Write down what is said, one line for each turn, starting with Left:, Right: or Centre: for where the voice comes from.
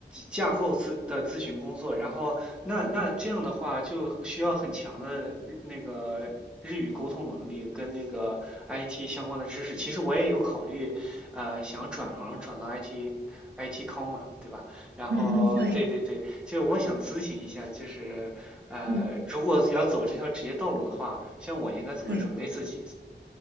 Centre: 架构咨的咨询工作，然后那那这样的话就需要很强的日那个日语沟通能力跟那个 IT 相关的知识。其实我也有考虑，呃，想转行转到 IT IT com 嘛，对吧？然后对对对，
Right: 嗯嗯，对，
Centre: 就我想咨询一下，就是呃，
Right: 嗯
Centre: 如果要走这条职业道路的话，像我应该怎么准备自己？
Right: 对。